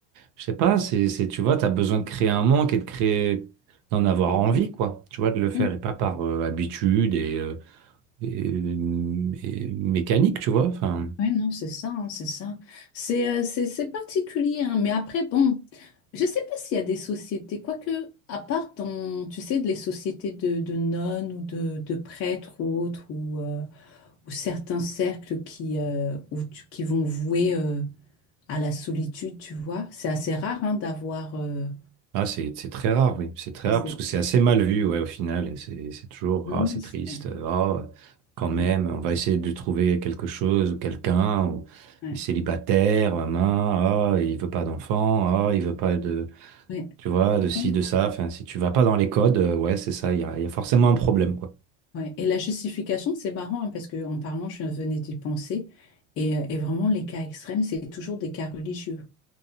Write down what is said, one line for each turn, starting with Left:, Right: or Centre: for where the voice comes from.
Right: je sais pas, c'est, c'est, tu vois, tu as besoin de créer un manque et de créer, d'en avoir
Left: Ouais,
Right: envie, quoi. Tu vois, de le faire
Left: ouais,
Right: et pas par euh, habitude et... euh, et- mm, et mécanique, tu vois. Enfin,
Left: ouais, non, c'est ça, hein, c'est ça. C'est euh, c'est c'est particulier, hein, mais après, bon, je sais pas s'il y a des sociétés, quoique, à part dans, tu sais, les sociétés de, de nonnes ou de, de prêtres ou autres, ou euh, ou certains cercles qui, euh, où tu- qui vont vouer euh, à la solitude, tu vois. C'est assez rare hein, d'avoir. euh,
Right: ah, c'est c'est très rare, oui. C'est très
Left: ouais,
Right: rare
Left: c'est-
Right: parce que c'est assez mal vu, ouais, au final. Et c'est c'est toujours,
Left: non,
Right: ah,
Left: non,
Right: c'est
Left: c'est-
Right: triste, ah, quand même,
Left: ouais,
Right: on va essayer de trouver quelque chose ou quelqu'un, ou
Left: ouais,
Right: il est célibataire, maman, ah, il veut pas d'enfant, ah, il veut pas de,
Left: ouais, Ouais.
Right: tu vois, de ci,
Left: non,
Right: de ça. Enfin, si tu vas pas dans les codes, euh, ouais, c'est ça, il y a, il y a forcément un problème, quoi.
Left: non, ouais. Et la justification, c'est marrant hein, parce que en parlant, je venais d'y penser. Et, euh, et vraiment, les cas extrêmes, c'est toujours des cas religieux.